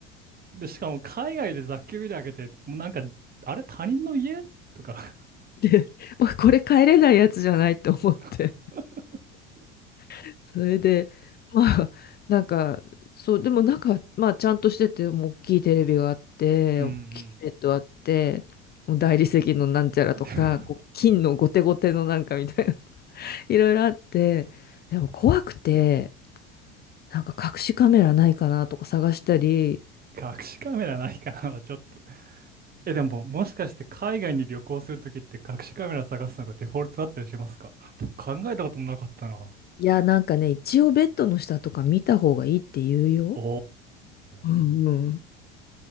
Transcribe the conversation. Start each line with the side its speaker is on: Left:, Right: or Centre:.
Right: で、しかも海外で雑居ビル開けて、もうなんか、あれ他人の家とか
Left: <laughs> まあこれ帰れないやつじゃないと思って。
Right: <laughs>
Left: <laughs> それで、まあ、なんか、そう、でもなんか、まあ、ちゃんとしてて、もう大きいテレビがあって、
Right: うんうん。
Left: 大きいベッドあって、もう大理石のなんちゃらとか、
Right: <laughs>
Left: こう金のゴテゴテのなんかみたいな、<laughs> いろいろあって、でも怖くて、なんか隠しカメラないかなとか探したり、
Right: 隠しカメラないかなはちょっと。え、でも、もしかして海外に旅行するときって隠しカメラ探すのがデフォルトだったりしますか僕考えたこともなかったな。
Left: いや、なんかね、一応ベッドの下とか見た方がいいって言うよ。
Right: お
Left: うんうん。
Right: ー。